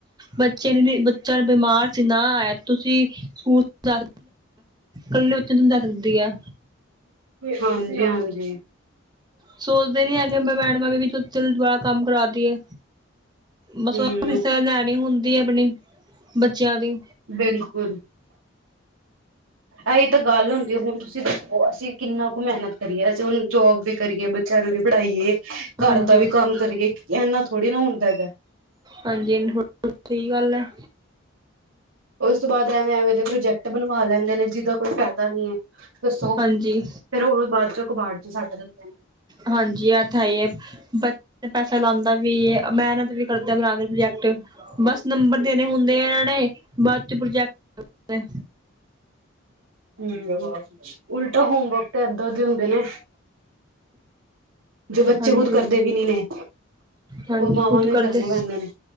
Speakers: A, on the right (about 20°); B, on the right (about 80°).
A: ਬੱਚੇ ਨੇ ਬੱਚਾ ਬਿਮਾਰ ਸੀ ਨਾ ਆਇਆ ਤੁਸੀਂ ਸਕੂਲ ਦ ਕੱਲੇ ਬੱਚੇ ਨੂੰ ਸਮਝਾ ਸਕਦੀ ਆ।
B: ਹਾਂਜੀ ਹਾਂਜੀ,
A: ਸੋਚਦੇ ਨੀ ਹੈਗੇ ਮੈਂ ਮੈਡਮਾਂ ਵੀ ਆ ਕੰਮ ਕਰਾ ਦੀ ਹੈ। ਬਸ
B: ਹੂੰ
A: ਉਹ ਕਿਸ ਤਰਾ ਲੈਣੀ ਹੁੰਦੀ ਆਪਣੀ ਬੱਚਿਆਂ ਦੀ
B: ਬਿਲਕੁਲ, ਇਹੀ ਤਾਂ ਗੱਲ ਹੁੰਦੀ ਹੁਣ ਤੁਸੀਂ ਦੱਸੋ। ਉਹ ਅਸੀਂ ਕਿੰਨਾ ਕੁ ਮਿਹਨਤ ਕਰੀਏ, ਅਸੀਂ ਹੁਣ ਜੋਬ ਵੀ ਕਰੀਏ ਬੱਚਿਆਂ ਨੂੰ ਵੀ ਪੜ੍ਹਾਈਏ ਘਰ
A: ਹਾਂਜੀ
B: ਦਾ ਵੀ ਕੰਮ ਕਰੀਏ ਇੰਨਾ ਥੋੜ੍ਹੀ ਨਾ ਹੁੰਦਾ ਹੈਗਾ
A: ਹਾਂਜੀ ਸਹੀ ਗੱਲ ਹੈ।
B: ਉਸ ਤੋਂ ਬਾਅਦ ਐਵੇਂ-ਐਵੇਂ ਦੇ ਪ੍ਰੋਜੈਕਟ ਬਣਵਾ ਲੈਂਦੇ ਨੇ ਜਿਹਦਾ ਕੋਈ ਫਾਇਦਾ ਨੀ ਹੈ ਦੱਸੋ?
A: ਹਾਂਜੀ
B: ਫੇਰ ਉਹ ਬਾਅਦ ਚੋਂ ਕਬਾੜ ਚ ਸੱਟ ਦਿੰਦੇ ਆ
A: ਹਾਂਜੀ, ਆ ਤਾਂ ਹੈ ਹੀ ਹੈ ਬੱਚੇ ਪੈਸਾ ਲਾਉਂਦਾ ਵੀ ਮਿਹਨਤ ਵੀ ਕਰਦਾ ਬਣਾ ਦੇ ਪ੍ਰੋਜੈਕਟ ਬਸ ਨੰਬਰ ਦੇਣੇ ਹੁੰਦੇ ਆ ਇਹਨਾਂ ਨੇ ਬਾਅਦ ਪ੍ਰੋਜੈਕਟ ਫ
B: ਹੂੰ, ਉਲਟਾ ਹੋਮਵਰਕ ਤੇ ਐਦਾ ਦੇ ਹੁੰਦੇ ਨੇ, ਜੋ ਬੱਚੇ
A: ਹਾਂਜੀ
B: ਖੁਦ ਕਰਦੇ ਵੀ ਨਹੀਂ ਨੇ।
A: ਹਾਂਜੀ,
B: ਉਹ ਮਾਵਾਂ
A: ਖੁਦ
B: ਨੂੰ ਹੀ
A: ਕਰਦੇ
B: ਕਰਨੇ ਪੈਂਦੇ ਨੇ